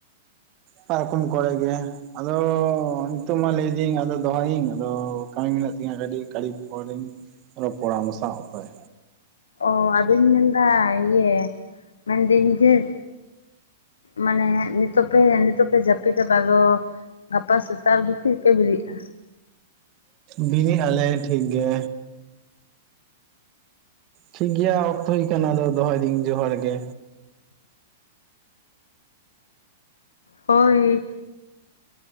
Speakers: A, on the right; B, on the left.
A: ᱯᱟᱨᱠᱚᱢ ᱠᱚᱨᱮ ᱜᱮ᱾ ᱟᱫᱚ ᱱᱤᱛᱚᱜ ᱢᱟ ᱞᱟᱹᱭᱫᱤᱧ ᱟᱫᱚ ᱫᱚᱦᱚᱭᱤᱧ ᱟᱫᱚ ᱠᱟᱹᱢᱤ ᱢᱮᱱᱟᱜ ᱛᱤᱧᱟᱹ ᱠᱟᱹᱴᱤ ᱠᱟᱹᱴᱤ ᱯᱚᱨᱤᱧ ᱨᱚᱯᱚᱲᱟ ᱟᱢ ᱥᱟᱶ ᱦᱳᱭ
B: ᱚᱻ ᱟᱫᱚᱧ ᱢᱮᱱᱫᱟ ᱤᱭᱟᱹ ᱢᱮᱱᱫᱟᱹᱧ ᱡᱮ ᱢᱟᱱᱮ ᱱᱤᱛᱚᱜ ᱯᱮ ᱱᱤᱛᱚᱜ ᱯᱮ ᱡᱟᱹᱯᱤᱫᱟ ᱫᱚ ᱜᱟᱯᱟ ᱥᱮᱛᱟᱜ ᱨᱮ ᱫᱚ ᱛᱤᱨᱮ ᱯᱮ ᱵᱮᱨᱤᱜᱼᱟ?
A: ᱵᱤᱨᱤᱫ ᱟᱞᱮ ᱴᱷᱤᱠ ᱜᱮ᱾ ᱴᱷᱤᱠ ᱜᱮᱭᱟ ᱚᱠᱛᱚ ᱦᱩᱭ ᱠᱟᱱᱟ ᱟᱫᱚ ᱫᱚᱦᱚᱭᱫᱟᱹᱧ ᱡᱚᱦᱟᱨ ᱜᱮ
B: ᱦᱳᱭ